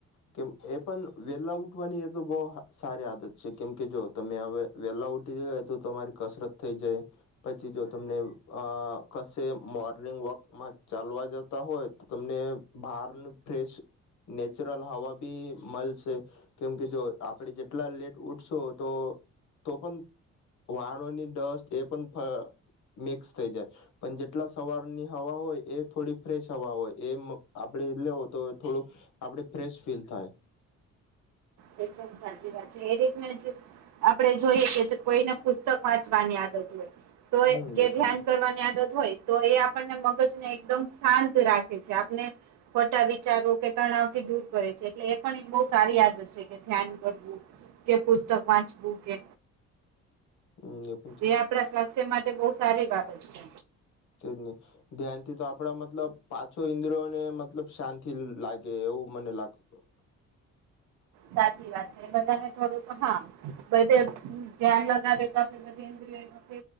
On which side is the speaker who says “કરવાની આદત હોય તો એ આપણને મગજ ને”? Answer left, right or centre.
Right